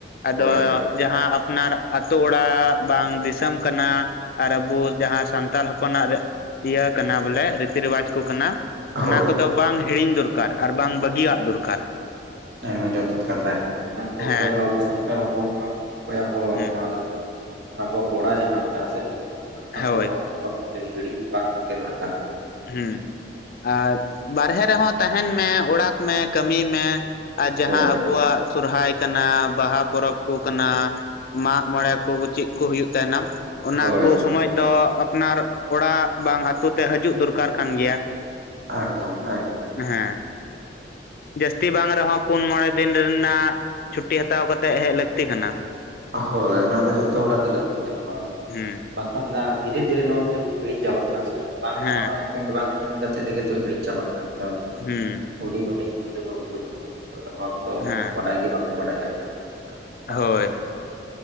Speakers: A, on the left; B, on the right.
A: ᱟᱫᱚ
B: ᱦᱳᱭ
A: ᱡᱟᱸᱦᱟᱸ ᱟᱯᱱᱟᱨ ᱟᱛᱳ ᱚᱲᱟᱜ ᱵᱟᱝ ᱫᱤᱥᱚᱢ ᱠᱟᱱᱟ, ᱟᱨ ᱟᱵᱚ ᱡᱟᱦᱟᱸ ᱥᱟᱱᱛᱟᱲ ᱦᱚᱯᱚᱱᱟᱜ ᱤᱭᱟᱹ ᱠᱟᱱᱟ ᱵᱚᱞᱮ ᱨᱤᱛᱤ ᱨᱮᱣᱟᱡᱽ ᱠᱚ ᱠᱟᱱᱟ᱾ ᱚᱱᱟ
B: ᱦᱳᱭ
A: ᱠᱚᱫᱚ ᱵᱟᱝ ᱦᱤᱲᱤᱧ ᱫᱚᱨᱠᱟᱨ ᱟᱨ ᱵᱟᱝ ᱵᱟᱹᱜᱤᱭᱟᱜ ᱫᱚᱨᱠᱟᱨ᱾
B: ᱮᱠᱫᱚᱢ ᱡᱚᱛᱷᱟᱛ ᱠᱟᱛᱷᱟ ᱮᱠᱫᱚᱢ᱾ ᱚᱱᱟ ᱠᱚᱫᱚ
A: ᱦᱮᱸ
B: ᱚᱠᱚᱭᱟᱜ ᱦᱚᱸ ᱟᱵᱚ ᱥᱟᱱᱛᱟᱲ ᱦᱚᱯᱚᱱ ᱚᱠᱚᱭᱟᱜ ᱦᱚᱸ
A: ᱦᱩᱸ
B: ᱱᱚᱣᱟ ᱫᱚ ᱟᱵᱚᱣᱟᱜ ᱜᱚᱲᱟ ᱡᱟᱦᱟᱸ ᱢᱮᱱᱟᱜ ᱟᱥᱮ, ᱚᱱᱟᱴᱟᱜ
A: ᱦᱳᱭ
B: ᱫᱚ ᱦᱤᱲᱤᱧ ᱵᱟᱝᱜᱮ ᱫᱚᱨᱠᱟᱨᱟ᱾
A: ᱦᱩᱸ ᱟᱨ ᱵᱟᱨᱦᱮ ᱨᱮᱦᱚᱸ ᱛᱟᱦᱮᱸᱱ ᱢᱮ ᱚᱲᱟᱜ ᱢᱮ ᱠᱟᱹᱢᱤ ᱢᱮ ᱟᱨ ᱡᱟᱦᱟᱸ
B: ᱦᱳᱭ
A: ᱟᱵᱚᱣᱟᱜ ᱥᱚᱨᱦᱟᱭ ᱠᱟᱱᱟ ᱵᱟᱦᱟ ᱯᱚᱨᱚᱵᱽ ᱠᱚ ᱠᱟᱱᱟ ᱢᱟᱜ ᱢᱚᱬᱮ ᱠᱚ ᱪᱮᱫ ᱠᱚ ᱦᱩᱭᱩᱜ ᱛᱟᱦᱮᱸᱱᱟ ᱚᱱᱟᱠᱚ
B: ᱦᱳᱭ
A: ᱥᱚᱢᱚᱭ ᱫᱚ ᱟᱯᱱᱟᱨ ᱚᱲᱟᱜ ᱵᱟᱝ ᱟᱛᱳ ᱛᱮ, ᱦᱤᱡᱩᱜ ᱫᱚᱨᱠᱟᱨ ᱠᱟᱱ ᱜᱮᱭᱟ᱾
B: ᱮᱠᱫᱚᱢ ᱮᱠᱫᱚᱢ᱾
A: ᱦᱮᱸ ᱡᱟᱹᱥᱛᱤ ᱵᱟᱝ ᱨᱮᱸᱦᱚ ᱯᱩᱱ ᱢᱚᱬᱮ ᱫᱤᱱ ᱨᱮᱱᱟᱜ ᱪᱷᱩᱴᱤ ᱦᱟᱛᱟᱣ ᱠᱟᱛᱮᱜ ᱦᱮᱡ ᱞᱟᱹᱠᱛᱤ ᱠᱟᱱᱟ᱾
B: ᱦᱳᱭ ᱚᱱᱟ ᱫᱚ ᱡᱷᱚᱛᱚ ᱦᱚᱲᱟᱜ ᱜᱮ ᱞᱟᱹᱠᱛᱤ ᱠᱟᱱᱟ ᱱᱚᱣᱟ ᱨᱮᱫᱚ᱾
A: ᱦᱩᱸ
B: ᱵᱟᱝᱠᱷᱟᱱ ᱫᱷᱤᱨᱮ ᱫᱷᱤᱨᱮ ᱱᱚᱣᱟ ᱠᱚᱫᱚ ᱡᱚᱛᱚ ᱦᱤᱲᱤᱧ ᱪᱟᱵᱟᱜ ᱠᱟᱱᱟ ᱥᱮ, ᱵᱟᱝ
A: ᱦᱮᱸ
B: ᱦᱚᱸ ᱮ ᱢᱤᱫᱴᱷᱮᱱ ᱵᱟᱝ ᱢᱮᱫᱴᱷᱮᱱ ᱠᱟᱛᱮ ᱨᱮᱜᱮ ᱛᱚ ᱦᱤᱲᱤᱧ ᱪᱟᱵᱟᱜ ᱠᱟᱱᱟ ᱛᱚ ᱡᱷᱚᱛᱚ᱾
A: ᱦᱩᱸ
B: ᱦᱩᱰᱤᱧ ᱦᱩᱰᱤᱧ ᱜᱤᱫᱽᱨᱟᱹ ᱵᱟᱹᱵᱩ ᱠᱚ ᱡᱚᱛᱚᱠ ᱱᱚᱣᱟ ᱠᱚᱫᱚ
A: ᱦᱮᱸ
B: ᱵᱟᱰᱟᱭ ᱜᱮ ᱵᱟᱠᱚ ᱵᱟᱰᱟᱭ ᱫᱟᱲᱮᱭᱟᱜ ᱠᱟᱱᱟ ᱪᱮᱫ ᱾ ᱵᱟᱝ
A: ᱦᱳᱭ
B: ᱠᱟᱱᱟ